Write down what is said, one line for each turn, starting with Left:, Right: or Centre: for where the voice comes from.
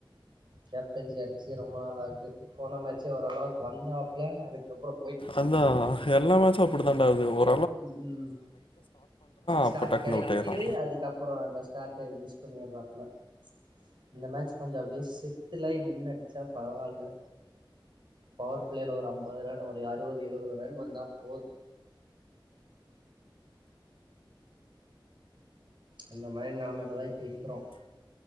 Right: கேப்டன்ஜி அடிச்சு ரொம்ப நாள் ஆகுது போன மேட்சே ஓரளவுக்கு வந்தாப்ல அதுக்கப்றோ
Left: அதா எல்லா மேச்சும் அப்புடிதாண்டா ஆகுது ஒர்
Right: உம் ம் ஸ்டாட்
Left: அப்ப டக்குனு
Right: கெடக்கிது
Left: அவுட் ஆயிட்றா
Right: அதுக்கப்பறோ அந்த ஸ்டாட் மிஸ் பண்ணிர்ரா ல இந்த மேட்ச கொஞ்சோ அப்டியே செட்டுலா நின்னு அடிச்சா பரவால்ல பவர் ஃப்ளேல ஒரு ஐம்பது ரன் ஒரு அறுவது எழுவது ரன் வந்தா போது அந்த மாரி நெலமெலதா இப்ப இருக்கோ